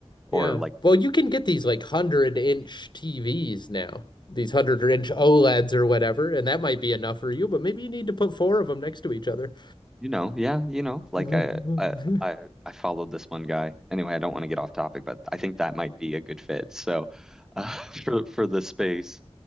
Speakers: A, in the centre; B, on the left.
A: or
B: Yeah.
A: like
B: Well, you can get these like 100 inch TVs now, these 100 inch OLEDs or whatever, and that might be enough for you, but maybe you need to put four of them next to each other.
A: You know, yeah, you know, like
B: <laughs>
A: I, I, I, I followed this one guy. Anyway, I don't want to get off topic, but I think that might be a good fit. So, uh, <laughs> for for the space